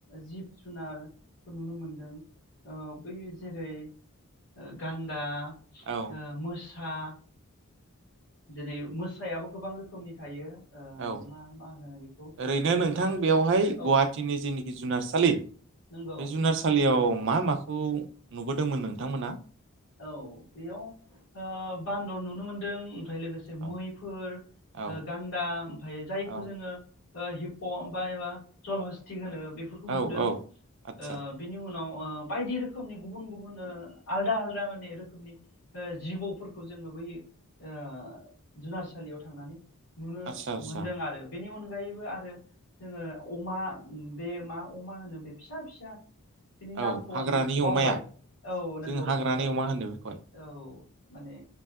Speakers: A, on the left; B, on the right.
A: जिब जुनारफोर नुनो मोनदों ओ बै जेरै ओ गान दा,
B: औ
A: ओ मोस था दिनै मोसायाबो गोबां रोखोमनि थायो। ओ
B: औ
A: मा मा होनो बेखौ
B: ओरैनो नोंथां
A: ओ
B: बेवहाय
A: औ
B: गुवाहाटिनि जेनि खि जुनारसालि बे
A: नंगौ
B: जुनारसालियाव मा माखौ नुबोदोंमोन नोंथांमोना?
A: औ बेयाव ओ बान्दर नुनो मोनदों ओमफाय लोगोसे
B: औ
A: मैफोर
B: औ
A: ओ गान्दा ओमफाय जायखौ
B: औ
A: जोङो ओ हिप' बा एबा जल हसति होनो बेफोरखौ
B: औ
A: नुदों,
B: औ आदसा
A: ओ बिनि उनाव ओ बायदि रोखोमनि गुबुन गुबुन ओ आलदा आलदा माने रोखोमनि ओ जिबौ फोरखौ जोङो बै ओ जुनार सालियाव थांनानै नुनो
B: आदसा आदसा
A: मोनदों आरो बेनि अन अनगायैबो आरो जोङो अमा बे मा अमा होनो बे फिसा फिसा बिनि नामखौ
B: औ हाग्रानि
A: आं बावबाय
B: अमाया
A: औ नंगौ
B: जों हाग्रानि
A: औ।
B: अमा
A: औ
B: होनो बेखौहाय
A: माने